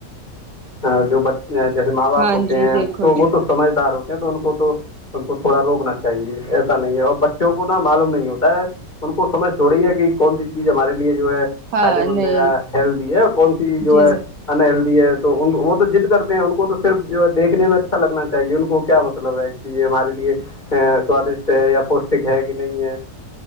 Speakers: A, on the left (about 25°); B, on the right (about 75°).
A: ہاں جو جیسے ماں باپ
B: ہاں
A: ہوتے
B: جی
A: ہیں
B: دیکھو
A: تو
B: جی
A: وہ تو سمجھدار ہوتے ہیں تو ان کو تو ان کو تھوڑا روکنا چاہیے ایسا نہیں ہے اور بچوں کو نا معلوم نہیں ہوتا ہے ان کو سمجھ تھوڑی ہے کہ کون سی چیز ہمارے لیے جو ہے
B: ہاں
A: فائدے مند
B: نہیں
A: ہے یا ہیلدی ہے کون سی جو
B: جی
A: ہے انہلدی ہے تو وہ تو ضد کرتے ہیں ان کو تو صرف جو ہے دیکھنے میں اچھا لگنا چاہیے ان کو کیا مطلب ہے یہ ہمارے لیے ا سوادشٹ ہے یا پوشٹک ہے کہ نہیں ہے